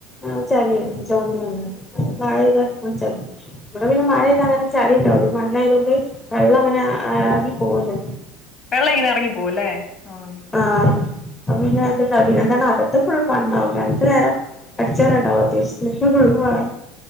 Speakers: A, on the left; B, on the left.
A: ആഹ് ചളിയല്ല ചോന്ന മണ്ണ മഴപെയ്ത ഉം ചളി ഇവടെ പിന്നെ മഴേയ്താതന്നെ ചളിണ്ടാവൂ മണലായതോണ്ട് വെള്ള അങ്ങനെ ആഎറങ്ങി പോവല്ലോ
B: വെള്ള ഇങ്ങനെ അറങ്ങിപ്പോവുല്ലേ ആഹ്
A: ആഹ് അപപിന്നെ ന്ത്ട്ടാ പിന്നന്താന്നാ അകത്തും ഫുള്ളും മണ്ണാവു രണ്ട്നേരം അട്ച്ചോരാണ്ടാവു അത്യാവശ്യത്തിന് ഫുൾ ഫുൾ ഫോണാ